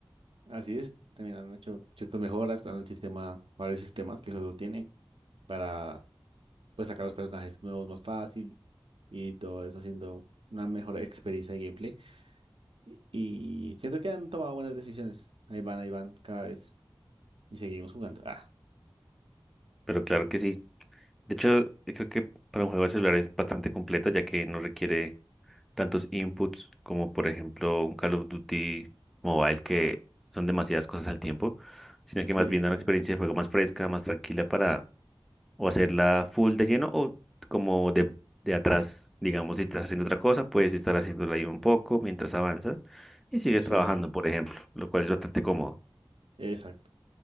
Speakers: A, on the right; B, in the centre.
A: así es. También han hecho ciertas mejoras con el sistema, varios sistemas que el juego tiene para pues, sacar los personajes nuevos más fácil y todo eso haciendo una mejor experiencia de gameplay. Y y siento que han tomado buenas decisiones. Ahí van, ahí van, cada vez. Y seguimos jugando. Ah,
B: Pero claro que sí. De hecho, yo creo que para un juego de celular es bastante completo ya que no requiere tantos inputs como por ejemplo un Call of Duty Mobile que son demasiadas cosas al tiempo, sino que
A: sí,
B: más bien da
A: sí,
B: una experiencia de juego más fresca, más tranquila para o hacerla full de lleno o como de, de atrás, digamos, si estás haciendo otra cosa, puedes estar haciéndola ahí un poco mientras avanzas y sigues
A: sí,
B: trabajando, por ejemplo, lo cual es bastante cómodo.
A: exacto.